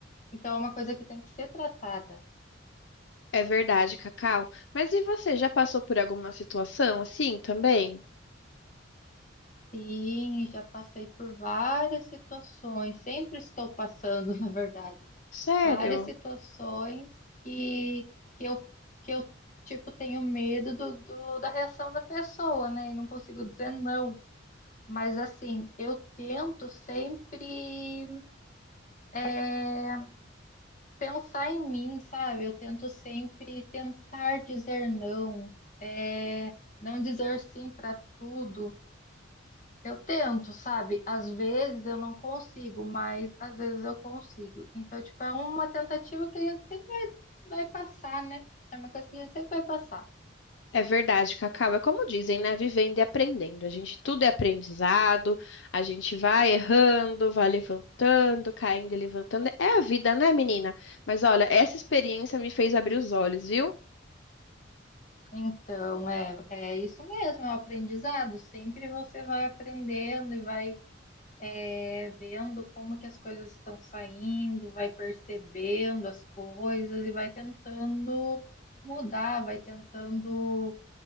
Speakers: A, on the left; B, on the left.
A: Então é uma coisa que tem que ser tratada.
B: É verdade, Cacau. Mas e você já passou por alguma situação assim também?
A: Sim, já passei por várias situações, sempre estou passando, <laughs> na verdade,
B: Sério?
A: várias situações que, que eu, que eu, tipo, tenho medo do, do- da reação da pessoa, né? E não consigo dizer não. Mas, assim, eu tento sempre eh, pensar em mim, sabe? Eu tento sempre tentar dizer não, é, não dizer sim para tudo. Eu tento, sabe? Às vezes eu não consigo, mas às vezes eu consigo. Então, tipo, é uma tentativa que a gente sempre vai, vai passar, né? É uma coisa que a gente sempre vai passar.
B: É verdade, Cacau. É como dizem, né? Vivendo e aprendendo. A gente tudo é aprendizado, a gente vai errando, vai levantando, caindo e levantando. É a vida, né, menina? Mas olha, essa experiência me fez abrir os olhos, viu?
A: Então, é, é isso mesmo, é um aprendizado. Sempre você vai aprendendo e vai é, vendo como que as coisas estão saindo, vai percebendo as coisas e vai tentando mudar, vai tentando